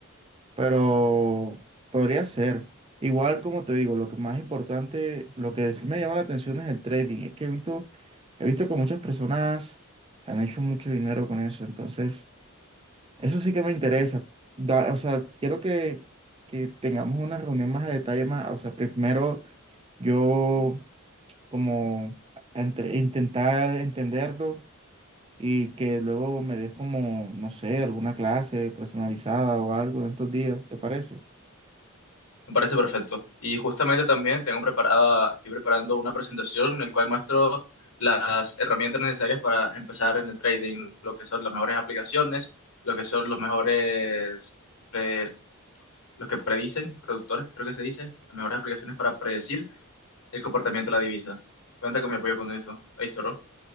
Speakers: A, on the right; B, on the left.
A: Pero podría ser. Igual, como te digo, lo que más importante, lo que sí me llama la atención es el trading. Es que he visto, he visto que muchas personas han hecho mucho dinero con eso. Entonces, eso sí que me interesa. Da- o sea, quiero que, que tengamos una reunión más a detalle, más, o sea, primero yo como ente- intentar entenderlo y que luego me des como, no sé, alguna clase personalizada o algo en estos días, ¿te parece?
B: Me parece perfecto. Y justamente también tengo preparada, estoy preparando una presentación en la cual muestro las herramientas necesarias para empezar en el trading, lo que son las mejores aplicaciones, lo que son los mejores, eh, los que predicen, productores, creo que se dice, las mejores aplicaciones para predecir el comportamiento de la divisa. Cuenta con mi apoyo con eso. Ahí, zorro.